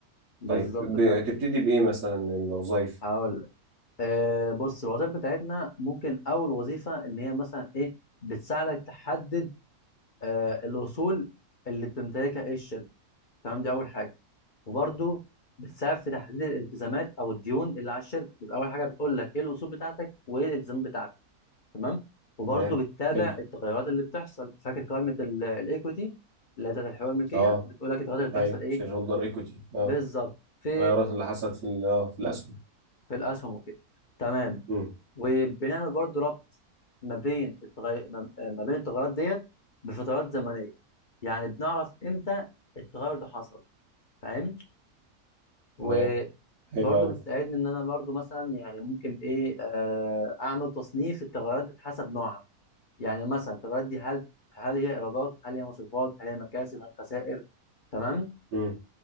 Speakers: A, on the left; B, on the right.
A: بالظبط
B: طيب بتبتدي
A: فعلا
B: بايه مثلا الوظائف
A: هقول لك آه بص الوظائف بتاعتنا ممكن اول وظيفه ان هي مثلا ايه بتساعدك تحدد آه الاصول اللي بتمتلكها ايه الشركه تمام دي اول حاجه وبرده بتساعد في تحديد الالتزامات او الديون اللي على الشركه يبقى اول حاجه بتقول لك ايه الاصول بتاعتك وايه الالتزامات بتاعتك تمام وبرده
B: تمام
A: بتتابع
B: حلو
A: التغيرات اللي بتحصل فاكر قائمه الايكويتي اللي هي بتاعت الحقوق الملكيه
B: اه
A: بتقول لك التغيرات اللي بتحصل
B: ايوه
A: ايه
B: شير هولدر ايكوتي اه
A: بالظبط في
B: التغيرات اللي حصلت في ال- اه في الاسهم
A: في الاسهم وكده تمام
B: مم.
A: وبنعمل برضه ربط ما بين التغير ما ما بين التغيرات ديت بفترات زمنيه يعني بنعرف امتى التغير ده حصل فاهم وبرضه
B: تمام حلو قوي
A: بتساعدني ان انا برضه مثلا يعني ممكن ايه آه، اعمل تصنيف التغيرات دي حسب نوعها يعني مثلا التغيرات دي هل هل هي ايرادات هل هي مصروفات هل هي مكاسب هل خسائر تمام
B: مم.